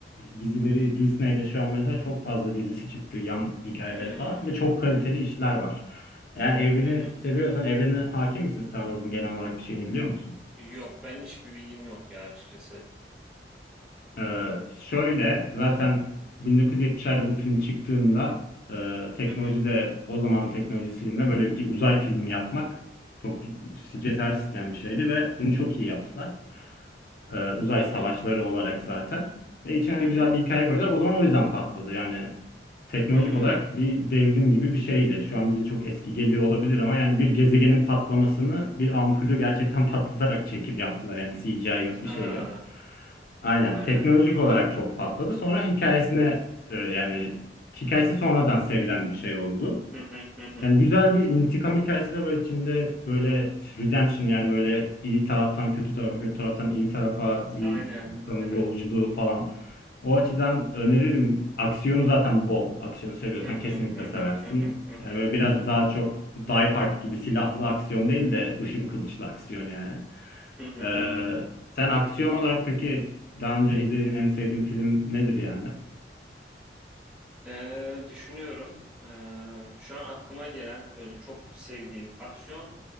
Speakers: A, on the left (about 55°); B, in the centre.
A: dizileri Disney'de şu an mesela çok fazla dizisi çıktı yan hikayeleri
B: Hı
A: falan ve çok kaliteli işler var. Eğer evreni
B: hı.
A: seviyorsan evrene hakim misin Star Wars'un genel olarak bir şeyini biliyor musun?
B: Yok ben hiçbir bilgim yok ya açıkçası.
A: Ee, şöyle zaten 1970'lerde bu film çıktığında e, teknoloji
B: Hı hı.
A: de o zamanın teknolojisiyle böyle bir uzay filmi yapmak çok cesaret isteyen bir şeydi ve bunu çok iyi yaptılar e, uzay
B: Hı
A: savaşları
B: hı.
A: olarak zaten. Ve içine
B: Hı
A: de güzel
B: hı.
A: bir hikaye koydular. O zaman o yüzden patladı. Yani teknolojik
B: Hmm,
A: olarak bir devrim gibi bir şeydi. Şu an bize çok eski geliyor olabilir ama yani bir gezegenin patlamasını bir ampulü gerçekten <laughs> patlatarak çekim yaptılar. Yani CGI yok,
B: Ha.
A: bir şey yok. Aynen.
B: Vay
A: Teknolojik
B: be.
A: olarak çok patladı. Sonra hikayesine e, yani hikayesi sonradan sevilen bir şey oldu.
B: Hı hı, hı hı.
A: Yani güzel bir intikam hikayesi de var içinde. Böyle redemption yani böyle iyi taraftan kötü tarafa, kötü taraftan iyi tarafa bir
B: Aynen,
A: insanın
B: aynen.
A: yolculuğu falan. O açıdan öneririm. Aksiyonu zaten bol. Aksiyonu seviyorsan
B: Hı hı,
A: kesinlikle
B: hı hı,
A: seversin.
B: hı hı, hı
A: Yani
B: hı.
A: böyle biraz daha çok Die Hard gibi silahlı aksiyon değil de ışın kılıçlı aksiyon yani.
B: Hı hı,
A: Ee,
B: hı hı.
A: sen aksiyon olarak peki daha önce izlediğin en sevdiğin film nedir yani?
B: Eee, düşünüyorum. Eee, şu an aklıma gelen böyle çok sevdiğim aksiyon